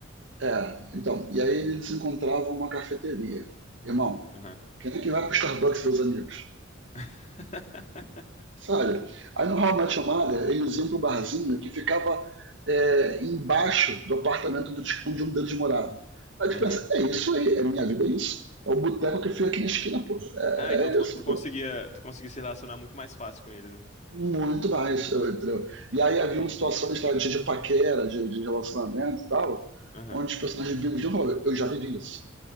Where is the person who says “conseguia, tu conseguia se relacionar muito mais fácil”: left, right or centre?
Left